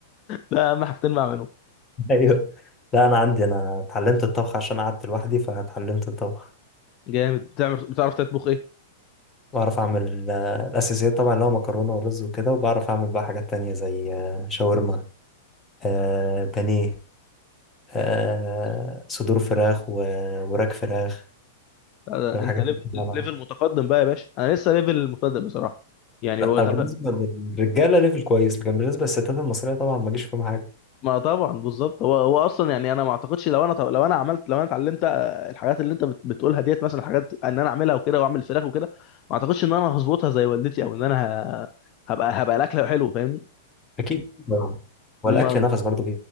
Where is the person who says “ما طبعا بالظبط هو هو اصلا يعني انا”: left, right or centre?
Left